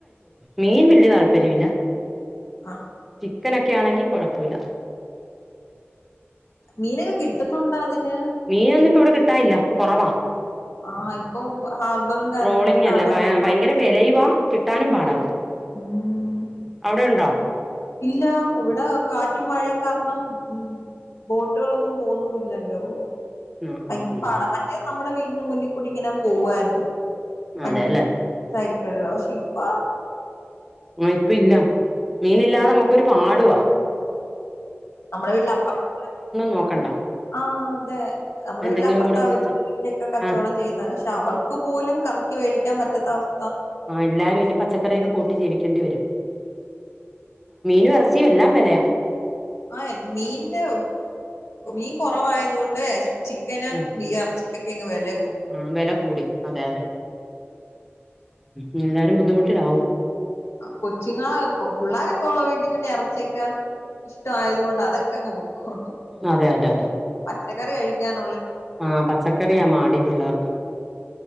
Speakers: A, in the centre; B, on the left.
A: മീൻവല്യ താൽ പര്യല്ല
B: ആണോ
A: ക്കനൊക്കെ ആണെങ്കി കൊഴപ്പവില്ല
B: മീനൊക്കെ കിട്ടുന്നോണ്ടോ അതിന്
A: മീനൊന്നും ഇപ്പ ഇവിടെ കിട്ടാനില്ല കൊറവാ
B: ആ ഇപ്പൊ ഹാർബറും കാര്യങ്ങളൊക്കെ
A: ട്രോളിംഗ് അല്ലേ
B: അടവും
A: ഭയ ഭയങ്കര വിലയുവാ കിട്ടാനും
B: വല്യ
A: പാടാ
B: ഉം
A: അവിടെ ഉണ്ടോ
B: ഇല്ല ഇവിട കാ റ്റും മഴയും കാരണം ഉം ബോട്ടുകളൊന്നും പോവുന്നൂല്ലല്ലോ
A: ആഹ്
B: പയങ്കര
A: ആഹ് ആഹ്
B: പാടാ മറ്റേ നമ്മുടെ വീ മുന്നി കൂടി ഇങ്ങനെ പോവാരുന്നു വൺ
A: അതെല്ലേ
B: സൈ ക്കിള്ള പക്ഷെ ഇപ്പൊ
A: ങ്ങ ഇപ്പ ഇല്ല മീനില്ലാതെ നമ്മക്കൊരു പാട് ടുവാ
B: നമ്മടെ വീട്ടിലപ്പറത്തെ
A: നോക്കണ്ട
B: ആ അതെ നമ്മടെ
A: എന്തെങ്കിലും
B: വീട്ടിലപ്പറത്തെ
A: കൂടെ ഒപ്പിച്ച്
B: അവര് മീനൊക്കെ കച്ചവടം
A: ആ
B: ചെയ്യുന്നവരാ പക്ഷെ അവർക്ക് പോലും കറക്കിവെടിക്ക ക്കാൻ പറ്റാത്ത അവസ്
A: ആ എല്ലാരും ഇനി പച്ചക്കറിയൊക്കെ കൂട്ടി ജീവിക്കേണ്ടി വരും മീനും എറച്ചി എ എല്ലാം വെലയാ
B: ആ എൽ മീന് മീൻ കൊറവായതുകൊണ്ട് ചിക്കന്
A: ആ
B: ബി എർച്ചി കേക്കാങ്ങ് വെല
A: ആ വെല കൂടി അതെ അതെ ഉം എല്ലാരും ബുദ്ധിമുട്ടിലാവും
B: ആ കൊച്ചുങ്ങളെ പുള്ളാരൊക്കെ ഒള്ള വീട്ടി പിന്നെ എറച്ച ച്ചക്കാ ടാ ആയത് കൊണ്ട് അതൊക്കെങ്ങ് പൊക്കോളും
A: അതെ അതെ അതെ
B: പച്ചക്കറി കഴിക്കാം
A: ആ പച്ചക്കറിയാ മാടി പിള്ളേർ ക്ക്